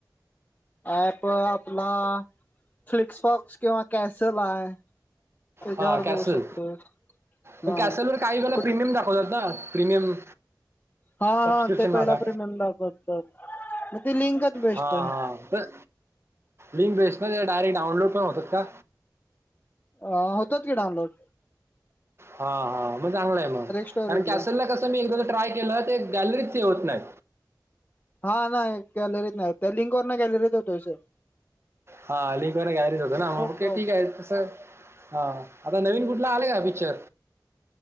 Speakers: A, on the left; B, on the right.
A: एप अ आपला फ्लिक्सफोक्स किंवा कॅसेल आहे. त्याच्यावर
B: हा कॅसल.
A: बघू शकतो
B: पण
A: हा
B: कॅसेल वर काही वेला
A: कुठ
B: प्रीमियम दाखवतात ना, प्रीमियम
A: हा
B: सबस्क्रिप्शन
A: हा ते
B: मागा
A: पहिला प्रीमियम दाखवतात. मग त लिंंकच बेस्ट
B: हां
A: आहे.
B: हां तर लिंक बेस्ट ना, ते डायरेक्ट डाउनलोड पण होतात का?
A: अ होतात की डाऊनलोड.
B: हा हा, मग चांगलंय मग.
A: स्टोरेजला.
B: कारण कॅसेल ला कसं मी एकदा ते ट्राय केलं ते गॅलरीत सेव होत नाही.
A: हा नाही, गॅलरीत नाही त्या लिंकवरुन गॅलरीत होतो सेव्ह.
B: हा लिंकवरन गॅलरीत होतं ना मग
A: प्रॉब्लेम
B: ठीक आहे तस हा आता नवीन कुठला आले का पिक्चर